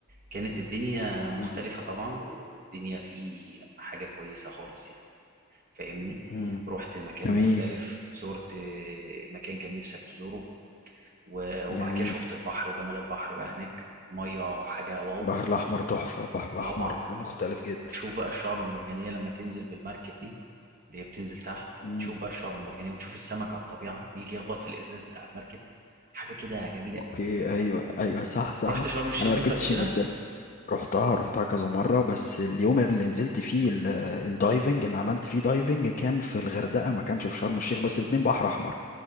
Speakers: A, on the right; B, on the left.
A: كانت الدنيا مختلفه
B: امم
A: طبعا والدنيا في حاجه كويسه خالص يعني فاهمني
B: امم
A: رحت مكان
B: جميل
A: مختلف زرت مكان كان نفسك تزوره و- وبعد
B: جميل
A: كده شفت البحر وجمال البحر بقى هناك الميه حاجه واو
B: البحر الاحمر تحفه البحر الاحمر
A: طبعا
B: مختلف جدا
A: وتشوف بقى الشعب المرجانيه لما تنزل بالمركب دي اللي هي بتنزل تحت
B: امم
A: تشوف بقى الشعب المرجانية وتشوف السمك على الطبيعة بيجي يخبط في الإزاز بتاع المركب حاجة كده جميلة
B: اوكي
A: قوي يعني
B: ايوه ايوه صح صح
A: رحت شرم الشيخ
B: انا ما ركبتش
A: أنت قبل كده؟
B: المركبه رحتها رحتها كذا مرة بس اليوم اللي نزلت فيه ال- الدايفنج اللي عملت فيه دايفنج كان في الغردقة ما كانش في شرم الشيخ بس الاتنين بحر أحمر